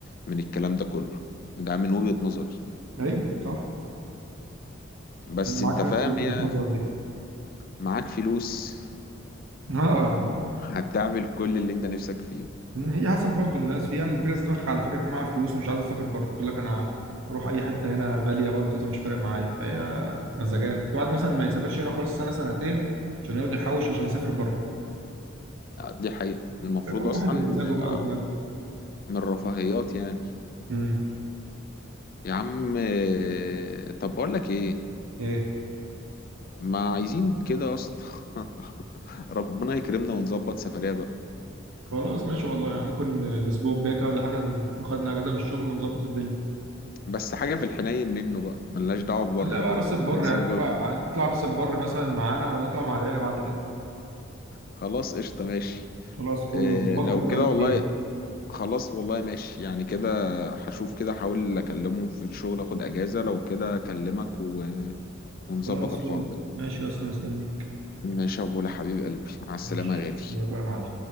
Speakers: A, on the left; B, on the right.
A: من الكلام ده كله ده من وجهة نظري
B: ايوه صح
A: بس
B: انا معاك
A: انت فاهم
B: نفس وجهه
A: هي
B: النظر دي
A: معاك فلوس
B: اه
A: هتعمل كل اللي انت نفسك فيه
B: هي حسب برضو الناس في يعني في ناس دماغها على فكره يكون معاها فلوس ومش عايزه تسافر بره تقول لك انا اروح اي حته هنا غاليه بقى رخيصه مش فارق معايا فهي مزاجات في واحد مثلا ما يسافرش هنا خالص سنه سنتين عشان يقعد يحوش عشان يسافر بره
A: دي حقيقة المفروض
B: فكل
A: اصلا
B: واحد ومزاجه
A: ال-
B: بقى ودماغه
A: من الرفاهيات يعني
B: امم
A: يا عم آه، طب بقول لك ايه
B: ايه
A: ما عايزين كده يا اسطى <laughs> ربنا يكرمنا ونظبط سفرية
B: خلاص ماشي والله يعني ممكن الاسبوع الجاي كده ولا حاجه نكون خدنا اجازه من الشغل ونظبط الدنيا
A: بس حاجة في الحنين منه بقى ملناش دعوة ببره
B: خليها بقى راس البر
A: احنا عايزين
B: يعني نطلع
A: جوه
B: نطلع راس البر مثلا معانا ونطلع مع العيله بعد كده
A: خلاص قشطة ماشي
B: خلاص فل
A: إيه
B: ظبطها
A: لو
B: كده
A: كده
B: ولا
A: والله
B: فين؟
A: خلاص والله ماشي يعني كده هشوف كده احاول اكلمه في الشغل اخد اجازة لو كده اكلمك و... ونظبط
B: خلاص
A: الحوار
B: فل
A: ده
B: ماشي يا اسطى مستنيك
A: ماشي يا ابو حبيب قلبي مع السلامة
B: ماشي
A: يا غالي
B: باي باي يا معلم